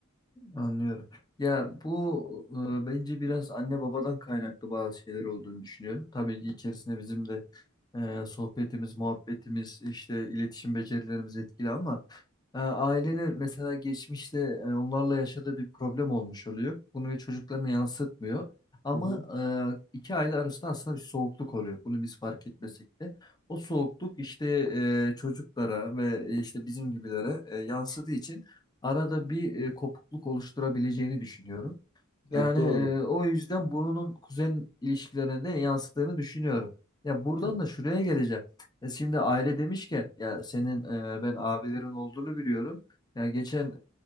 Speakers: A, on the left; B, on the left.
A: Anlıyorum. Ya bu e, bence biraz anne babadan kaynaklı bazı şeyler olduğunu düşünüyorum. Tabii ki içerisinde bizim de e, sohbetimiz, muhabbetimiz, işte iletişim becerilerimiz etkili ama e, ailenin mesela geçmişte e, onlarla yaşadığı bir problem olmuş oluyor. Bunu çocuklarına yansıtmıyor. Ama
B: Hı hı.
A: e, iki aile arasında aslında bir soğukluk oluyor. Bunu biz fark etmesek de. O soğukluk işte e, çocuklara ve işte bizim gibilere e, yansıdığı için arada bir e, kopukluk oluşturabileceğini düşünüyorum.
B: Ya
A: Yani
B: doğru.
A: e, o yüzden bunun kuzen ilişkilerine de yansıttığını düşünüyorum. Ya buradan
B: Ya
A: da şuraya geleceğim. Ya şimdi aile demişken ya senin e, ben abilerin olduğunu biliyorum. Ya geçen